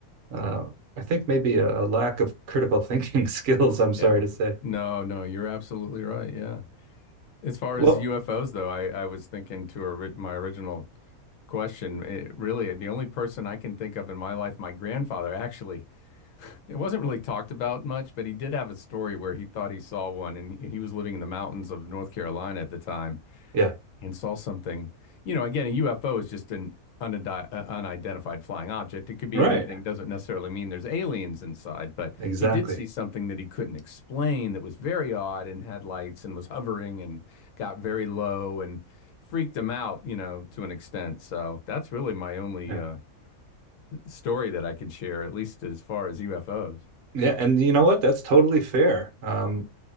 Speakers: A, on the right; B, on the left.
A: uh, I think maybe a, a lack of critical thinking <laughs> skills. I'm
B: Yeah.
A: sorry to say.
B: No, no, you're absolutely right. Yeah. As far
A: Well,
B: as UFOs, though, I I was thinking to ori- my original question. It, really, the only person I can think of in my life, my grandfather, actually, it wasn't really talked about much, but he did have a story where he thought he saw one, and he he was living in the mountains of North Carolina at the time,
A: yeah,
B: and saw something. You know, again, a UFO is just an unidi- uh, unidentified flying object. It could be
A: right,
B: anything. doesn't necessarily mean there's aliens inside, but
A: exactly.
B: he did see something that he couldn't explain that was very odd and had lights and was hovering and got very low and freaked him out, you know, to an extent. So that's really my only
A: Yeah,
B: uh, story that I could share, at least as far as UFOs.
A: yeah, and you know what? That's totally fair. Um,